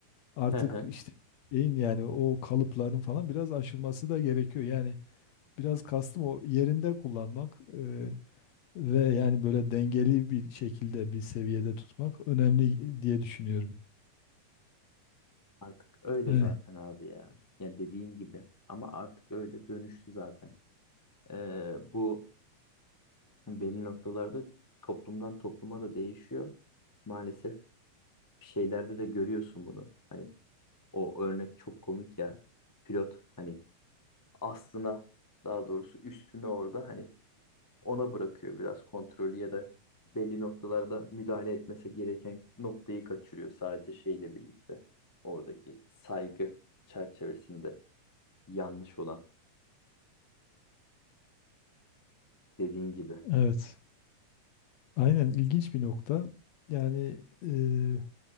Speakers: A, on the left; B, on the left.
A: Artık
B: Hı hı.
A: işte şeyin yani o kalıpların falan biraz aşılması da gerekiyor. Yani biraz kastım o yerinde kullanmak e, ve yani böyle dengeli bir şekilde bir seviyede tutmak önemli diye düşünüyorum.
B: Artık öyle
A: Evet,
B: zaten abi ya. Yani dediğin gibi ama artık öyle dönüştü zaten. Ee, bu belli noktalarda toplumdan topluma da değişiyor. Maalesef bir şeylerde de görüyorsun bunu. Hani o örnek çok komik ya. Pilot hani aslına daha doğrusu üstüne orada hani ona bırakıyor biraz kontrolü ya da belli noktalarda müdahale etmesi gereken noktayı kaçırıyor sadece şeyle birlikte. Oradaki saygı çerçevesinde yanlış olan dediğin gibi.
A: evet. Aynen ilginç bir nokta. Yani e,